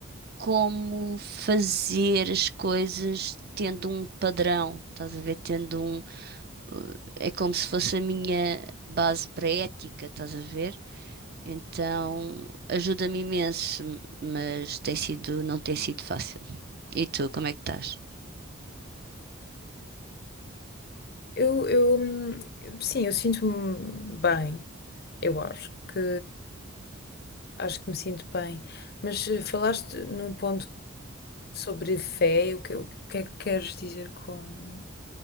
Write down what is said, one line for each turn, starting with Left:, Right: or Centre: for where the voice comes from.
Right: como fazer as coisas tendo um padrão, estás a ver? Tendo um. eh, É como se fosse a minha base para a ética, estás a ver? Então ajuda-me imenso, mas tem sido, não tem sido fácil. E tu, como é que estás?
Left: Eu, eu, hum, sim, eu sinto-me bem, eu acho que, acho que me sinto bem. Mas eh, falaste num ponto sobre fé, o que, o que é que queres dizer com, o